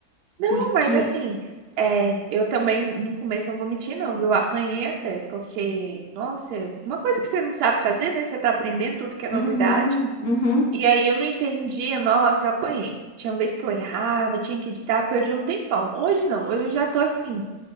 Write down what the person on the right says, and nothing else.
Não,
mas assim, é, eu também, no começo, eu vou mentir, não, viu? Eu apanhei até, porque, nossa, uma coisa que você não sabe fazer, né? Você tá aprendendo tudo que é
novidade.
E aí eu não entendia, nossa, eu apanhei. Tinha vez que eu errava, tinha que editar, perdi um tempão. Hoje não, hoje eu já tô assim,